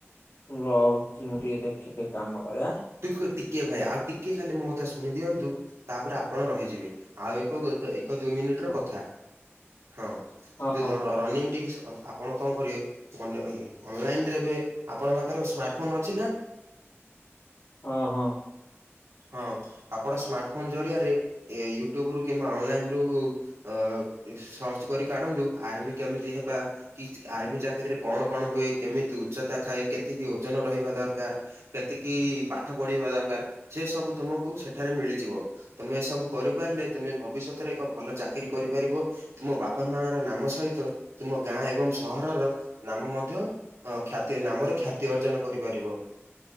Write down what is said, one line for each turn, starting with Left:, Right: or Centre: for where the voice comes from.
Left: ରହୁଛି। ମୁଁ ଟିକେ ଦେଖେ କାମ କରେ ଆଁ।
Right: ଟିକୁ ଟିକେ ଭାଇ ଆଉ ଟିକେ ଖାଲି ମୋ କଥା ଶୁଣି ଦିଅନ୍ତୁ, ତାପରେ ଆପଣ ରହିଯିବେ। ଆଉ ଏକ ଏକ ଦୁଇ ମିନିଟର
Left: ହଁ
Right: କଥା। ହଁ
Left: ହଁ
Right: ଯେ
Left: ହଉ।
Right: ର ରନିଂ ଟିକେ <unintelligible> ଆପଣ କଣ କରିବେ? ଅନ୍ ଅନ୍ ଲାଇନରେ ଏବେ। ଆପଣଙ୍କ ପାଖରେ ସ୍ମାର୍ଟଫୋନ୍ ଅଛି ନା?
Left: ହଁ -ହଁ।
Right: ହଁ ଆପଣ ସ୍ମାର୍ଟ ଫୋନ୍ ଜରିଆରେ ଏ ୟୁଟ୍ୟୁବ ରୁ କିମ୍ବା ଅନଲାଇନ ରୁ ଅ ସର୍ଚ୍ଚ କରି କାଢନ୍ତୁ ଆର୍ମି କେମିତି ହେବା? କି ଆର୍ମି ଚାକିରରିରେ କଣ କଣ ହୁଏ? କେମିତି ଉଚ୍ଚତା ଥାଏ? କେତିକି ଓଜନ ରହିବା ଦରକାର? କେତିକି ପାଠ ପଢିବା ଦରକାର? ସେ ସବୁ ତୁମକୁ ସେଠାରେ ମିଳିଯିବ ତମେ ଏ ସବୁ କରିପାରିଲେ ତମେ ଭବିଷ୍ୟତରେ ଏକ ଭଲ ଚାକିରି କରିପାରିବ। ତୁମ ବାପା ମା ର ନାମ ସହିତ ତୁମ ଗାଁ ଏବଂ ସହରର ନାମ ମଧ୍ୟ ଅ ଖ୍ୟାତି ନାମରେ ଖ୍ୟାତି ଅର୍ଜନ କରିପାରିବ।